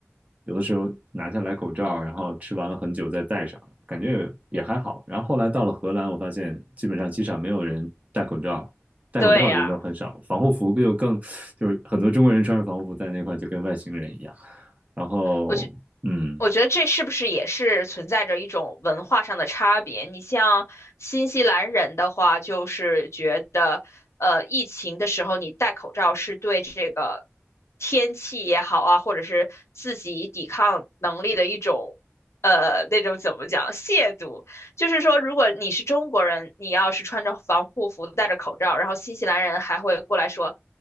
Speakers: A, on the right; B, on the left.
A: 有的时候拿下来口罩，然后吃完了很久再戴上，感觉也也还好。然后后来到了荷兰，我发现基本上机场没有人戴口罩，戴口罩的人都很少，
B: 对呀。
A: 防护服就更就是很多中国人穿着防护服在那块就跟外星人一样。然后，
B: 我觉
A: 嗯
B: 我觉得这是不是也是存在着一种文化上的差别？你像新西兰人的话，就是觉得，呃，疫情的时候你戴口罩是对这个天气也好啊，或者是自己抵抗能力的一种，呃，那种怎么讲，亵渎。就是说，如果你是中国人，你要是穿着防护服、戴着口罩，然后新西兰人还会过来说。